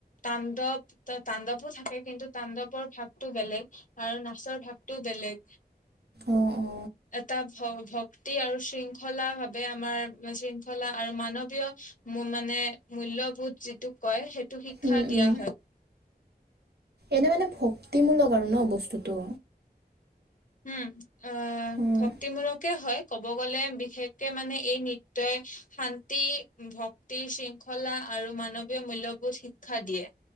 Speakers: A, on the left; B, on the right.
A: তাণ্ডৱ তাণ্ডৱো থাকে কি। কিন্তু তাণ্ডৱৰ ভাগতটো বেলেগ আৰু নাচৰ ভাগটো বেলেগ।
B: অ অ
A: এটা ভ। ভক্তি আৰু শৃংখলা ভাৱে আমাৰ শৃংখলা আৰু মানৱীয়। মানে মূল্যয়বোধ যিটো কয় সেইটো শিক্ষা
B: উম
A: দিয়া
B: উম
A: হয়।
B: এনে মানে ভক্তিমূলক আৰু ন বস্তুটো।
A: উম আহ
B: উম
A: ভক্তিমূলকে হয়। ক'ব গ'লে বিশেষকে মানে এই নৃত্যই শান্তি ভক্তি শৃংখলা। আৰু মানৱীয় মূল্যবোধ শিক্ষা দিয়ে।